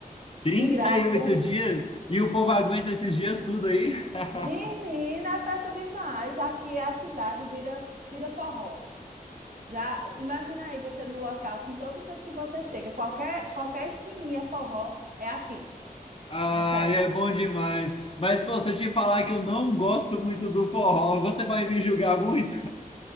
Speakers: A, on the left; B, on the right.
A: Trinta
B: de graça?
A: e oito dias e o povo aguenta esses dias tudo aí? <laughs>
B: Menina, é festa demais. Aqui é a cidade vira, vira forró. Já imagina aí você num local que em todo canto que você chega, qualquer qualquer esquininha é forró, é aqui,
A: Ah,
B: nessa época.
A: é bom demais. Mas, pô, se eu te falar que eu não gosto muito do forró, você vai me julgar muito?